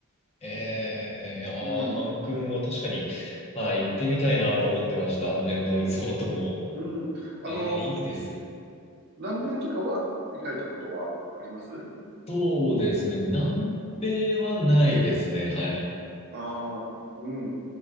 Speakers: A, on the left (about 30°); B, on the right (about 50°).
A: ええ、いやー、
B: うん。
A: カン君も確かに、あー行ってみたいなと思ってました。あの辺のリゾートも。
B: うん。あの、
A: ええ、いいですよね
B: 南米とかは行かれたことはあります
A: そうですね。南米はないですね。はい。
B: ああうん。